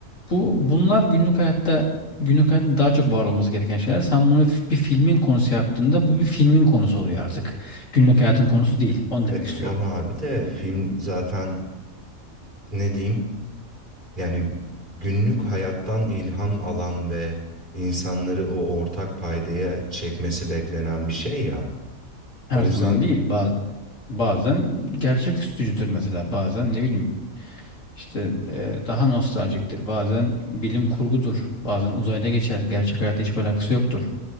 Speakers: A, on the left; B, on the right.
A: bu bunlar günlük hayatta günlük hayatın daha çok var olması gereken şeyler. Sen bunu f- bir filmin konusu yaptığında bu bir filmin konusu oluyor artık. Günlük hayatın konusu değil. Onu demek
B: E tamam
A: istiyorum.
B: abi de film zaten ne diyeyim? Yani günlük hayattan ilham alan ve insanları o ortak paydaya çekmesi beklenen bir şey ya.
A: Her
B: O
A: zaman
B: yüzden
A: değil. Bazı Bazen gerçek üstücüdür mesela. Bazen ne bileyim İşte e, daha nostaljiktir. Bazen bilim kurgudur. Bazen uzayda geçer. Gerçek hayatta hiçbir alakası yoktur.